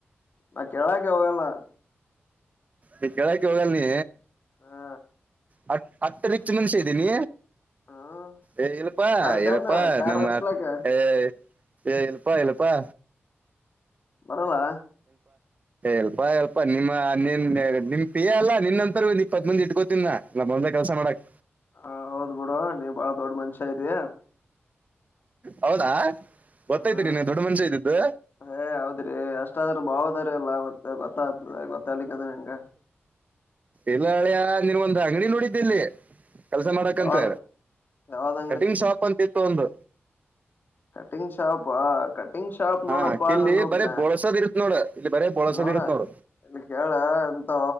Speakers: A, on the left (about 50°); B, on the right (about 35°).
A: ನಾ ಕೆಳಕ್ಕೆ ಹವೆಲ್ಲಾ
B: ಈ ಕೆಳಕ್ಕ ಹೋಗಲ್ ನೀ
A: ಹಾ
B: ಹ ಹತ್ತು ರೀಚ್ಚ ಮನುಷ್ಯ ಇದ್ದೀನಿ
A: ಹ್ಮ
B: ಏ ಇಲ್ಲಪ್ಪಾ
A: ಬರ್ತೇನ್
B: ಇಲ್ಲಪ್ಪಾ
A: ಕಾರ್
B: ನಮ್
A: ನಡ್ಸ್ಲಕ್ಕ
B: ಏ ಏ ಇಲ್ಲಪ್ಪಾ ಇಲ್ಲಪ್ಪಾ
A: ಬರಲ್ಲಾ
B: ಇಲ್ಪಾ ಇಲ್ಪಾ ನಿಮ್ಮ ನಿನ್ ನಿಮ್ ಪಿಯಾ ಅಲ್ಲಾ ನಿನ್ ಅಂತರ ಇಪ್ಪತ್ ಮಂದಿ ಇಟ್ಕೊತಿನಾ ಕೆಲಸಾ ಮಾಡಕ್
A: ಹ ಹೌದ್ಬಿಡು ನೀ ಬಾಳ ದೊಡ್ಡ ಮನುಷ್ಯಾ ಇದಿ
B: ಹೌದಾ ಗೊತ್ತೈತಿ
A: ಹಾ
B: ನೀನ್
A: ನಿಮ್ಮ
B: ದೊಡ್ಡ ಮನುಷ್ಯ ಇದ್ದಿದ್ದು
A: ಏ ಹೌದ್ರಿ ಎಷ್ಟಾದ್ರೂ ಭಾವದ್ರೆಎಲ್ಲ ಮತ್ತೆ ಗೊತ್ತಾಗತದ ಬಿಡ ಗೊತ್ತ್ಲಿಕ್ಕದರ ಹೆಂಗ
B: ಇಲ್ಲ ಅಳಿಯ ನಿನಗ ಒಂದು ಅಂಗಡಿ ನೋಡಿದ್ದೆ ಇಲ್ಲಿ ಕೆಲಸ ಮಾಡಕತ್
A: ಯಾವ್ದ್ ಯಾವ್ದ್
B: ಕಟಿಂಗ್ ಶಾಪ್ ಅಂತಿತ್ತು ಒಂದು
A: ಕಟ್ಟಿಂಗ್ ಶಾಪ್ ಕಟ್ಟಿಂಗ್ ಶಾಪ್ನೋಡ
B: ಹಾ
A: ಪ
B: ಇಲ್ಲಿ
A: ನ ನೋಪ
B: ಬರೇ ಬೋಳ್ಸೋದ್ ಇರುತ್ ನೋಡು ಇಲ್ಲಿ ಬರೇ ಬೋಳ್ಸೋದ್
A: ಇನ್ನೋಡ
B: ಇರುತ್ ನೋಡು
A: ಇಲ್ಲಿ ಕೇಳ ಎಂತ